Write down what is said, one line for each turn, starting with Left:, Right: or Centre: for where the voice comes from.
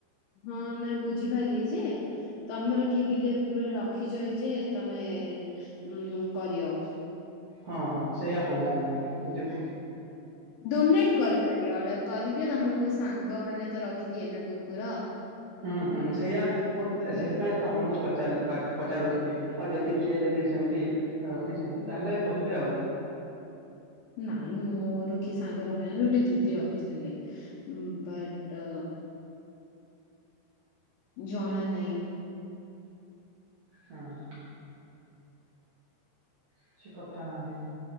Left: ହଁ ନାଇ ବୁଝିପାରିଲି ଯେ ତମର କିଏ ବିଲେଇ, କୁକୁର ରଖିଚ। ଯେ ତମେ ଉଁ କରିଅ।
Right: ହଁ ହଁ ସେଇୟା କହୁଥିଲି ମୁଁ ବୁଝି
Left: ଡୋନେଟ କରିପାରିବ ଅର୍ଡର କରିଦିଅ ତମର କୋଉ ସାଙ୍ଗ ମାନେ ତ ରଖିଥିବେ ନା କୁକୁର
Right: ହୁଁ ହୁଁ ସେଇଆ ମୁଁ ସେଥିପାଇଁ ଆପଣଙ୍କୁ ପଚାର ପଚାରୁଥିଲି ଆଉ ଯଦି କିଏ ଯଦି ସେମିତି ରଖିଛନ୍ତି ତାହେଲେ କହିବେ ଆଉ
Left: ନାଇଁ ମୋର କିଏ ସାଙ୍ଗ ରଖିନାହାନ୍ତି ଗୋଟେ ଦିଦି ରଖିଥିଲେ ବଟ୍ ଜଣା ନାହିଁ।
Right: ହଁ ହଁ କିଛି କଥା ନାହିଁ।